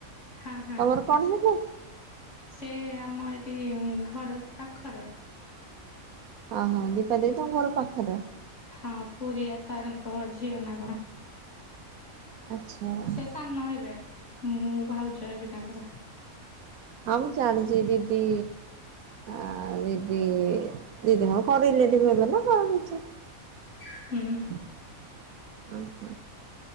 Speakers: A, on the left (about 55°); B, on the right (about 80°).
A: ହଁ ହଁ
B: ତମର କଣ ହେବେ?
A: ସେ ଆମ ଏଠି ଘର ପାଖର
B: ଓହୋ ଦୀପା ଦିଦି ତମ ଘର ପାଖରେ।
A: ହଁ ପୁରୀଆ ସାରଙ୍କ ଝିଅ ନା କଣ।
B: ଆଚ୍ଛା।
A: ସେ ସାନ ହେବେ ମୁଁ ଭାଉଜ ହେବି ତାଙ୍କର।
B: ହଁ ମୁଁ ଜାଣିଛି ଦିଦି ଆ ଦିଦି ଦିଦିଙ୍କ କଣ ରିଲେଟିଭ ହେବେ ନା କଣ କିଛି
A: ହୁଁ।
B: ଉଁହ।